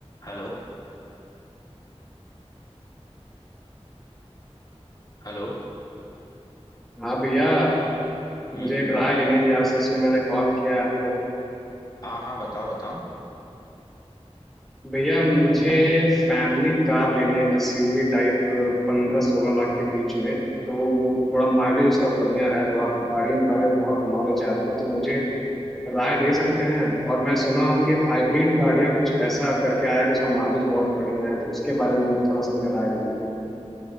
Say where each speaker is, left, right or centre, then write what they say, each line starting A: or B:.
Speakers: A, on the left; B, in the centre.
A: Hello Hello
B: हाँ भैया
A: हम्म
B: मुझे
A: हम्म
B: एक राय लेनी थी आपसे उसलिए मैंने कॉल किया आपको
A: हाँ हाँ बताओ बताओ
B: भैया मुझे फैमिली कार लेनी है एसयूवी टाइप पंद्रह सोलह लाख के बीच में तो मु- थोड़ा माइलेज उसका बढ़िया रहा है। तो आप गाड़ियों के बारे में बहुत नॉलेज है आपको तो मुझे राय दे सकते हैं और मैं सुना हूँ कि हाइब्रिड गाड़ियाँ कुछ ऐसा करके आया है कि उसका माइलेज बहुत बढ़िया है तो उसके बारे में थोड़ा सा मुझे राय दे दीजिए